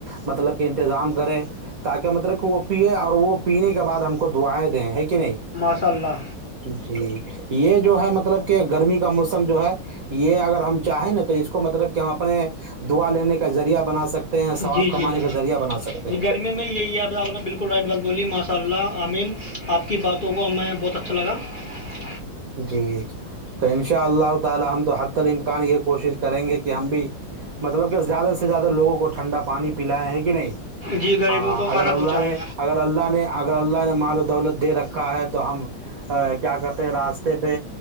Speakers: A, on the right (about 60°); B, on the left (about 35°).
A: مطلب کہ انتظام کرے تاکہ مطلب کہ وہ پیے اور وہ پینے کے بعد ہم کو دوئے دیں ہیں کہ نہیں
B: صلہلہ
A: جی یہ جو ہے مطلب کہ گرمی کا موسم جو ہے یہ اگر ہم چاہے نا تو اس کو مطلب ہم اپنے دعا لینے کا ذریعہ بنا سکتے <unintelligible>
B: جی
A: کمانے
B: جی
A: کا ذریعہ بنا سکتے
B: جی
A: ہیں
B: گرمی میں یہی ہے بالکل رائٹ بات بولی ماشاء اللہ امین <unintelligible> آپ کی باتوں کو میں میں بہت اچھا لگا <unintelligible>
A: جی کئی <unintelligible> شاء اللہ تعی ہم تو حد ک ال امکان یہ کوشش کریں گے کہ کہ ہم بھی مطلب کہ زیادہ سے زیادہ لووں کو ٹھنڈا پانی پلاائے ہیں کہ نہیں
B: جی غریبوں
A: ہاں
B: کو کھانا
A: اگر اللہ
B: پہنچائیں
A: نے اگر اللہ نے اگر اللہ نے مال و دولت دے رکھ کا ہے تو ہم کیا کرتے <unintelligible> راستے پہ